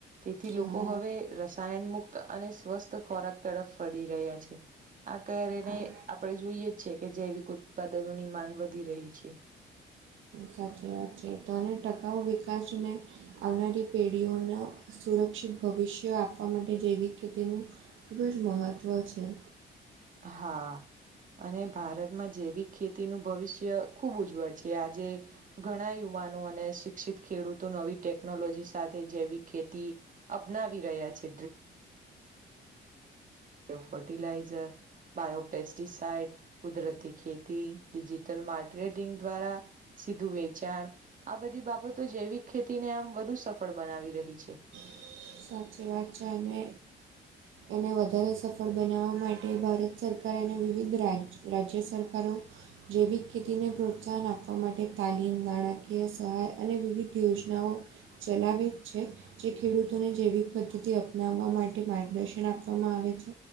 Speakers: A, on the right (about 40°); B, on the right (about 80°).
A: તેથી લોકો
B: હા
A: હવે રસાયણ મુુક્ત અને સ્વસ્થ ખોરાક તરફ ફરી રહ્યા છે. આ કારણે
B: હા
A: આપડે જોઈએ જ છે કે જૈવિક ઉત્પાદનોની માંગ વધી રહી છે
B: સાચી વાત છે તો અને ટકાઉ વિકાસને આવનારી પેઢીઓનું સુરક્ષિત ભવિષ્ય આપવા માટે જૈવિક ખેતીનું ખૂબ જ મહત્ત્વ છે.
A: હા અને ભારતમાં જૈવિક ખેતીનું ભવિષ્ય ખૂબ ઉજ્વળ છે. કે આજે ઘણા યુવાનો અને શિક્ષિત ખેડૂતો નવી ટેકનોલોજી સાથે જેવીક ખેતી અપનાવી રહ્યા છે. ફર્ટિલાઇઝર બાયોપેસ જી સાઇટ કુદરતી ખેતી ડિજિટલ માર્કેટિંગ દ્વારા સીધું વેચાણ આ બધી બાબતો જૈવિક ખેતીને આમ વધુ સફળ બનાવી રહી છે.
B: <inaudible> સાચી વાત છે અને એને વધારે સફળ બનાવવા માટે ભારત સરકાર કાર અને વિવિધ રાજ રાજ્ય સરકારો જૈવિક ખેતીને પ્રોત્સાહન આપવા માટે તાલીમ નાણાકીય સહાય અને વિવિધ યોજનાઓ ચલાવે છે. જે ખેડૂતોને જૈવિક પદ્ધતિ અપનાવવા માટે માર્ગદર્શન આપવામાં આવે છે.